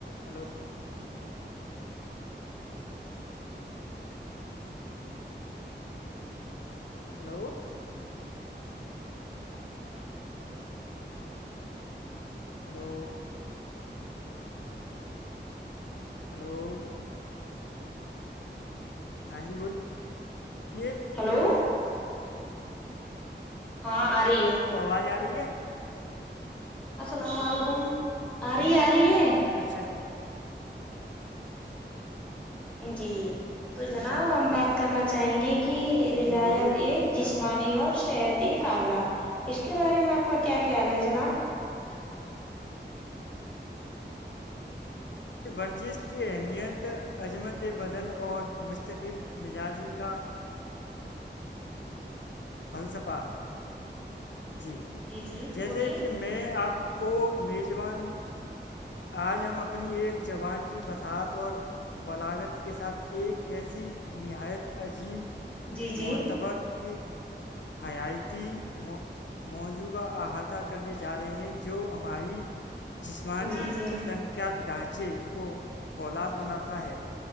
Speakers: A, on the left; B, in the centre.
A: ہلو ہلو ہلو ہیلو ہاں جی بولیے
B: ہلو ہاں آ رہی ہے
A: آواز آ رہی ہے
B: السلام علیکم آ رہی آ رہی ہے
A: اچھا
B: جی تو جناب
A: اچھا
B: ہم بات کرنا چاہیں گے کہ رجایت
A: جی بولیے
B: ایک جسمانی
A: ہاں
B: اور صحت ایک مقابلہ اس کے بارے میں آپ کا کیا خیال ہے جناب
A: ورزش کی اہمیت عظمت بدن اور مستقل مزاجی کا فلسفہ جی
B: جی
A: جیسے
B: بولیے
A: جم میں میں آپ کو میزبان آج ہم اپنی ایک زبان کی وساعت اور بلاغت کے ساتھ ایک ایسی نہایت عظیم
B: جی جی
A: معتبر کی حیاتی موضوع کرنے جا رہے ہیں جو ہماری جسمانی
B: جی جی
A: سن کیا ڈھانچے کو فولاد بناتا ہے